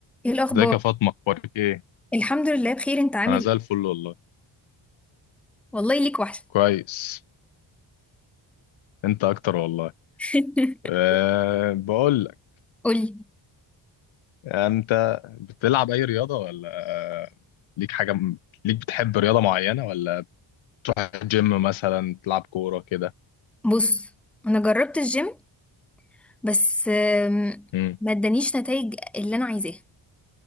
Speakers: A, in the centre; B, on the left (about 80°).
A: ايه الاخبار
B: ازيك يا فاطمة اخبارك ايه؟
A: الحمد لله بخير انت عامل
B: انا
A: ايه
B: زي الفل والله
A: والله ليك وحشه
B: كويس انت اكتر والله
A: <laughs>
B: أه بقول لك
A: قولي
B: انت بتلعب اي رياضة ولا ليك حاجة م- ليك بتحب رياضة معينة ولا جيم مثلا تلعب كورة كده
A: بص انا جربت الجيم بس آم،
B: امم
A: ما ادانيش نتائج اللي انا عايزاها